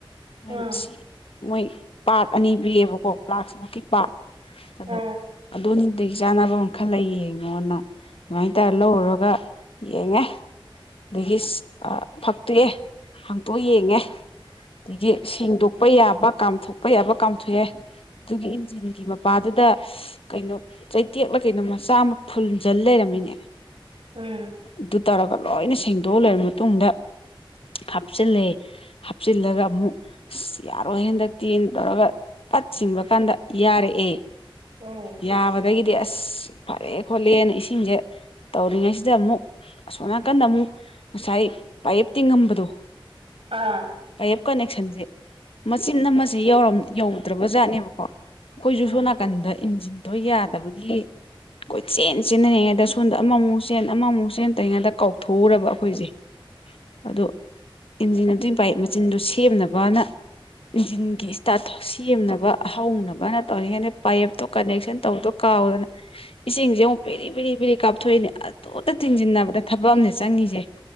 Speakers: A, on the left; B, on the right.
A: ꯃꯣꯏꯅ
B: ꯑꯥ
A: ꯁꯤ ꯃꯣꯏ ꯄꯥꯠ ꯑꯅꯤ ꯄꯤꯌꯦꯕꯀꯣ ꯄ꯭ꯂꯥꯛꯁ ꯃꯨꯛꯀꯤ ꯄꯥꯠ ꯑ
B: ꯑꯥ
A: ꯑꯗꯨꯝ ꯑꯗꯨꯒꯤ ꯆꯥꯟꯅꯕ ꯑꯃ ꯈꯜ ꯂꯩꯌꯦ ꯃꯉꯣꯟꯗ ꯑꯗꯨꯃꯥꯏ ꯇꯧꯔꯒ ꯂꯧꯔꯔꯒ ꯌꯦꯡꯉꯦ ꯑꯗꯒꯤ ꯐꯛꯇꯣꯛꯑꯦ ꯍꯥꯡꯛꯇꯣꯛ ꯌꯦꯡꯉꯦ ꯑꯗꯒꯤ ꯁꯦꯡꯗꯣꯛꯄ ꯌꯥꯕ ꯀꯥꯝꯊꯣꯛꯄ ꯌꯥꯕ ꯀꯥꯝꯊꯣꯛꯑꯦ ꯑꯗꯨꯒꯤ ꯏꯟꯖꯤꯟꯒꯤ ꯃꯄꯥꯗꯨꯗ ꯀꯩꯅꯣ ꯆꯩꯇꯦꯛꯂ ꯀꯩꯅꯣ ꯃꯆꯥ ꯑꯃ ꯐꯨꯟꯖꯜ ꯂꯩꯔꯝꯃꯤꯅꯦ
B: ꯎꯝ
A: ꯑꯗꯨ ꯇꯥꯔꯒ ꯂꯣꯏꯅ ꯁꯦꯡꯗꯣꯛꯑ ꯂꯩꯔꯕ ꯃꯇꯨꯡꯗ ꯍꯥꯞꯆꯤꯜꯂꯦ ꯍꯥꯞꯆꯤꯜꯂꯒ ꯑꯃꯨꯛ ꯑꯁ ꯌꯥꯔꯣꯏ ꯍꯦꯟꯗ ꯇꯦꯟ ꯇꯧꯔꯒ ꯄꯠ ꯆꯤꯡꯕ ꯀꯥꯟꯗ ꯌꯥꯔꯛꯑꯦ
B: ꯎꯝ
A: ꯌꯥꯕꯗꯒꯤꯗꯤ ꯑꯁ ꯐꯔꯦ ꯈꯣꯠꯂꯦꯅ ꯏꯁꯤꯡꯁꯦ ꯇꯧꯔꯤꯉꯩꯁꯤꯗ ꯑꯃꯨꯛ ꯑꯁꯣꯝ ꯅꯥꯀꯟꯗ ꯑꯃꯨꯛ ꯉꯁꯥꯏ ꯄꯥꯏꯌꯦꯞꯇꯤꯡꯉꯝꯕꯗꯣ
B: ꯑꯥ
A: ꯄꯥꯏꯞ ꯀꯅꯦꯛꯁꯟꯁꯦ ꯃꯆꯤꯟ ꯑꯃꯁꯦꯧꯔꯝ ꯌꯧꯗ꯭ꯔꯕꯖꯥꯠꯅꯦꯕꯀꯣ ꯑꯩꯈꯣꯏꯁꯨ
B: ꯑꯥ
A: ꯁꯣꯝ ꯅꯥꯀꯟꯗ ꯏꯟꯖꯤꯟꯗꯣ ꯌꯥꯗꯕꯒꯤ ꯑꯩꯈꯣꯏ ꯆꯦꯟ ꯆꯦꯟꯅꯔꯤꯉꯩꯗ ꯁꯣꯝꯗ ꯑꯃꯃꯨꯛ ꯆꯦꯟ ꯑꯃꯃꯨꯛ ꯆꯦꯟ ꯑꯇꯩ ꯉꯥꯛꯇ ꯀꯥꯎꯊꯣꯛꯎꯔꯕ ꯑꯩꯈꯣꯏꯁꯦ ꯑꯗꯣ ꯏꯟꯖꯤꯟ ꯑꯗꯨꯒꯤ ꯄꯥꯏ ꯃꯆꯤꯟꯗꯨ ꯁꯦꯝꯅꯕꯅ ꯏꯟꯖꯤꯟꯒꯤ ꯏꯁꯇꯥꯠ ꯁꯦꯝꯅꯕ ꯍꯧꯅꯕꯅ ꯇꯧꯔꯤꯉꯗ ꯄꯥꯏꯞꯇꯣ ꯀꯅꯦꯛꯁꯟ ꯇꯧꯗꯣ ꯀꯥꯎꯗꯅ ꯏꯁꯤꯡꯁꯦ ꯑꯃꯨꯛ ꯄꯦꯔꯤ ꯄꯦꯔꯤ ꯄꯦꯔꯤ ꯀꯥꯞꯊꯣꯛꯏꯅꯦ ꯑꯗꯨꯇ ꯊꯤꯡꯖꯤꯟꯅꯕꯅꯦ ꯑ ꯗ ꯊꯕꯛ ꯑꯝꯅꯦ ꯆꯪꯉꯤꯁꯦ